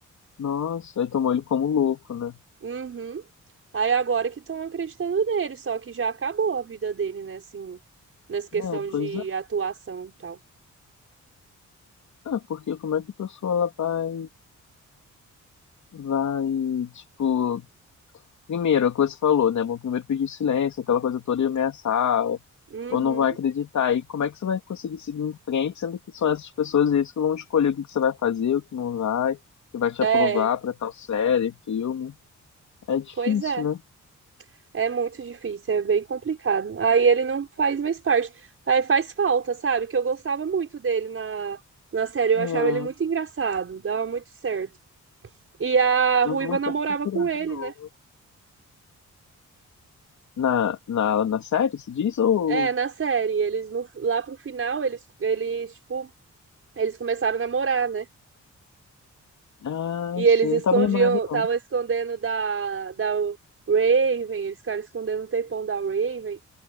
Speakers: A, on the left; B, on the right.
A: Nossa, aí tomou ele como louco, né?
B: Uhum. Aí agora que estão acreditando nele, só que já acabou a vida dele, né? Assim, nessa questão
A: É,
B: de
A: pois é.
B: atuação e tal.
A: Ah, porque como é que a pessoa ela vai, vai, tipo, Primeiro, é o que você falou, né? Vão primeiro pedir silêncio, aquela coisa toda e ameaçar,
B: Uhum.
A: ou não vai acreditar. E como é que você vai conseguir seguir em frente, sendo que são essas pessoas eles que vão escolher o que que você vai fazer, o que não vai, que vai te
B: É,
A: aprovar pra tal série, filme. É difícil,
B: pois é.
A: né?
B: É muito difícil, é bem complicado. Aí ele não faz mais parte. Aí faz falta, sabe? Que eu gostava muito dele na, na série. Eu
A: É,
B: achava ele muito engraçado, dava muito certo. E a Ruiva
A: eu vou até
B: namorava
A: procurar
B: com ele,
A: de novo.
B: né?
A: Na, na, na série, se diz? Ou.
B: É, na série. Eles no, lá pro final, eles, eles, tipo, eles começaram a namorar, né?
A: Ah,
B: E eles
A: sim,
B: escondiam,
A: não tava lembrado
B: estavam
A: não.
B: escondendo da, da Raven, eles ficaram escondendo o tempão da Raven.